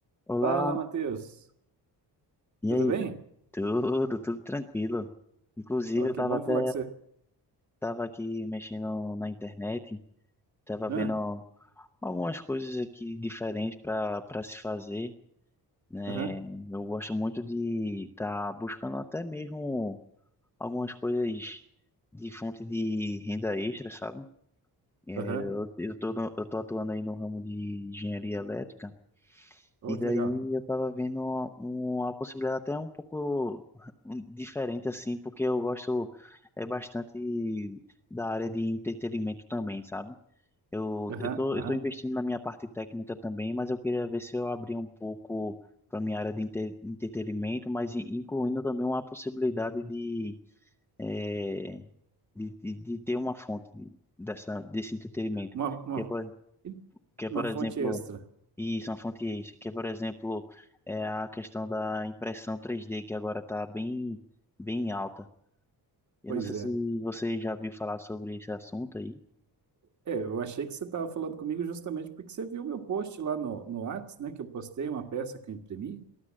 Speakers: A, in the centre; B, on the right (about 45°).
A: Olá,
B: Fala, Matheus.
A: e
B: Tudo
A: aí?
B: bem?
A: tu- Tudo, tudo tranquilo. Inclusive,
B: Oh,
A: eu
B: que
A: tava
B: bom
A: até,
B: falar com você.
A: tava aqui mexendo na internet, tava
B: Ah,
A: vendo algumas coisas aqui diferentes para para se fazer, né?
B: Aham,
A: Eu gosto muito de estar buscando até mesmo algumas coisas de fonte de renda extra, sabe? É,
B: aham.
A: Eu, eu tô, no- eu tô atuando aí no ramo de engenharia elétrica.
B: Oh,
A: E daí
B: que legal.
A: eu tava vendo uma, uma possibilidade até um pouco diferente, assim, porque eu gosto é bastante da área de entretenimento também, sabe? Eu,
B: Aham,
A: eu tô,
B: aham.
A: eu tô investindo na minha parte técnica também, mas eu queria ver se eu abria um pouco para minha área de entre- entretenimento, mas in- incluindo também uma possibilidade de, eh, de, de, de ter uma fonte dessa, desse entretenimento.
B: Uma, uma,
A: Que é, por, que é,
B: uma
A: por
B: fonte
A: exemplo,
B: extra.
A: isso, uma fonte extra, que é, por exemplo, é a questão da impressão 3D, que agora está bem, bem alta. Eu
B: Pois
A: não sei
B: é.
A: se você já viu falar sobre esse assunto aí.
B: É, eu achei que você estava falando comigo justamente porque você viu meu post lá no, no Whats, né? Que eu postei uma peça que eu imprimi.